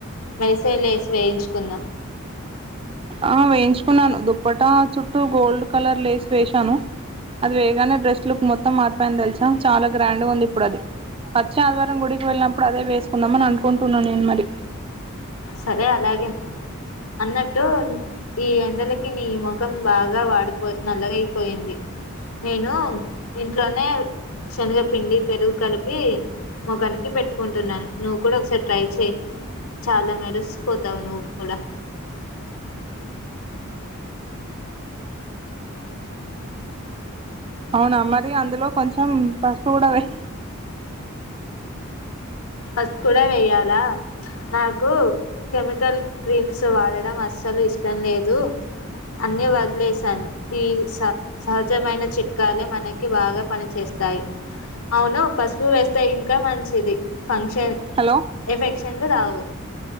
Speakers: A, on the left; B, on the right.
A: వై సే లెస్ వేయించుకుందాం.
B: ఆహ్ వేయించుకున్నాను దుప్పెట చుట్టూ గోల్డ్ కలర్ లేస్ వేశాను అది వెయ్యగానే డ్రెస్ లుక్ మొత్తం మారిపోయింది. తెలుసా చాలా గ్రాండ్ గా ఉంది. ఇప్పుడది వచ్చే ఆదివారం గుడికి వెళ్ళినప్పుడు అదే వేసుకుందామని అనుకుంటున్నా మరి.
A: సరే అలాగే అన్నట్టు ఈ ఎండలకి నీ ముఖం బాగా వాడి నల్లగా అయిపోయింది నేను. ఇంట్లోనే శనగపిండి. పెరుగు కలిపి మొకానికి పెట్టుకుంటున్నాను నువ్వు కూడా ఒకసారి ట్రై చెయ్ చాలా మెరిసి. లెస్పోతావు నువ్వు కూడా
B: అవున మరి అందులో కొంచెం పసుపు కూడ వెయ్
A: పస్ కూడా వెేయాలా నాకు కెమికల్ క్రీమ్స్ వాడడం అస్సలు ఇష్టం లేదు అన్ని వదిలేసాను ఈ స సహజమైన చిట్కాలే మనకి బాగ పని చేేస్తాయి అవును పసుపు వేసై ఇంకా మంచిది ఫంక్షన్
B: హలో
A: ఎఫెక్ట్ చండు రావు